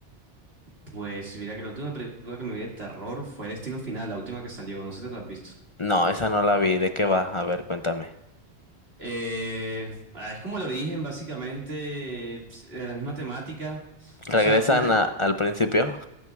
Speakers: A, on the right; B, on the left.
A: Pues mira que la última película que me vi de terror fue Destino Final, la última que salió, no sé si te la has visto.
B: No, esa no la vi, ¿de qué va? A ver, cuéntame.
A: Eh, ah, es como el origen, básicamente, es- eh, la misma temática. O
B: ¿Regresan
A: sea, mira,
B: a- al principio?